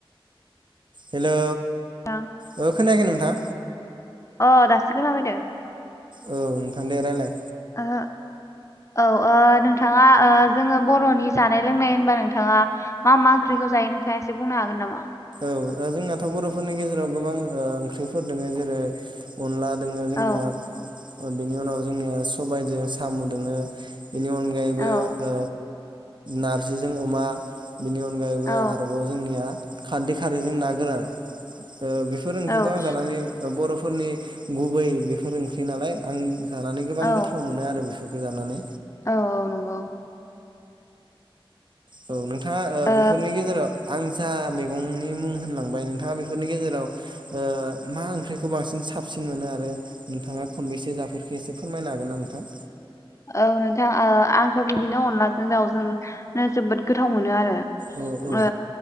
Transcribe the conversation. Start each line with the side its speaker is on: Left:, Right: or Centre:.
Right: हेलौ
Left: <unintelligible>
Right: ओ खोनायाखै नोंथां
Left: अ दासो खोना फायदो
Right: औ नोंथां दे रायलाय
Left: ओहो औओ नोंथाङा ओ जोङो बरनि जानाय लोंनाय होनबा नोंथाङा मा मा ओंख्रिखौ जायो नोंथाङा एसे बुंनो हागोन नामा
Right: औ जोंनाथ बर'फोरनि गेजेराव गोबां ओ ओंख्रिफोर दोङो जेरै अनला दोङो जोंनिया
Left: औ
Right: बेनि उनाव जोंनिया सबायाइजों साम दोङो बिनि अनगायैबो
Left: औ
Right: ओ नारजिजों अमा बिनि अनगायैबो
Left: औ
Right: आरोबाव जोंनिया खारदै खारैजों ना गोरान ओ बेफोर ओंख्रिखौ
Left: औ
Right: आं जानानै बर'फोरनि गुबै बेफोर ओंख्रि नालाय आं जानानै गोबां
Left: औ
Right: गोथाव मोनो आरो बेफो बेखौ जानानै
Left: औ औ नंगौ
Right: औ नोंथा थांङा
Left: ओ
Right: बेफोरनि गेजेराव आं जा मैगंनि मुं होनलांबाय नोंथाङा बेफोरनि गेजेराव ओ मा ओंख्रिखौ बांसिन साबसिन मोनो आरो नोंथाङा खनबेसे जाफेरखो एसे फोरमायनो हागोन ना नोंथां?
Left: औ नोंथां ओ आंथ बिदिनो अनलाजों दाउजों नो जोबोद गोथाव मोनो आरो
Right: औ औ
Left: ओ